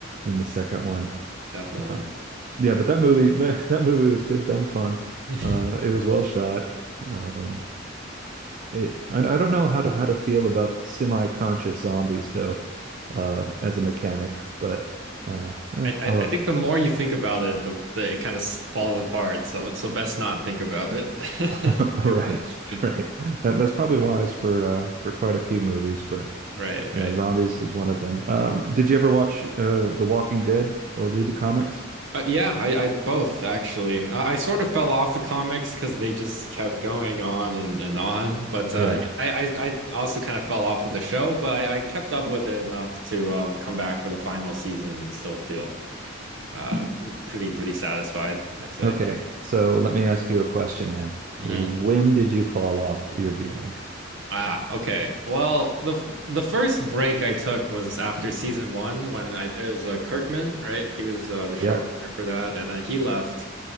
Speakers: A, on the right (about 45°); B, on the right (about 70°).
A: in the second one.
B: definitely.
A: Uh, yeah, but that movie, <laughs> that movie was good, dumb fun.
B: <laughs>
A: Uh, it was well shot. Um, it, I, I don't know how to how to feel about semi-conscious zombies though, uh, as a mechanic, but uh, eh,
B: I, I
A: I love.
B: I think the more you think about it, the, the it kind of falls apart. So so best not think about it
A: <laughs>
B: <laughs> too
A: Right,
B: much.
A: right. That, that's probably wise for uh, for quite a few movies, but.
B: Right, right.
A: Yeah, zombies is one of them. Um, did you ever watch uh, The Walking Dead or read the comics?
B: Uh, yeah, I, I both actually. I, I sort of fell off the comics because they just kept going on and, and on. But uh,
A: Yeah.
B: I, I I also kind of fell off of the show, but I, I kept up with it enough to um, come back for the final season and still feel uh, pretty pretty satisfied, I'd say.
A: Okay. So let me ask you a question then.
B: hmm
A: When did you fall off your viewing?
B: Ah, okay. Well, the f- the first break I took was after season one when I it was uh, Kirkman, right? He was uh, the showrunner
A: Yeah.
B: for that, and uh, he left.